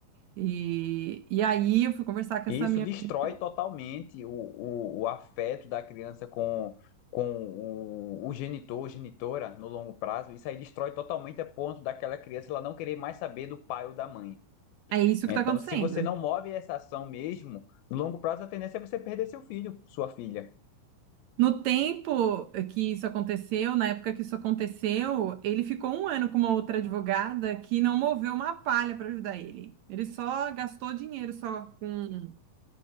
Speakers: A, on the right (about 75°); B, on the left (about 85°).
A: E, e aí eu fui conversar com
B: E
A: essa
B: isso
A: minha
B: destrói
A: amiga.
B: totalmente o, o, o afeto da criança com, com o, o genitor, ou genitora, no longo prazo. Isso aí destrói totalmente a ponto daquela criança ela não querer mais saber do pai ou da mãe.
A: É isso que
B: Então,
A: tá acontecendo.
B: se você não move essa ação mesmo, no longo prazo a tendência é você perder seu filho, sua filha.
A: No tempo que isso aconteceu, na época que isso aconteceu, ele ficou um ano com uma outra advogada que não moveu uma palha para ajudar ele. Ele só gastou dinheiro só com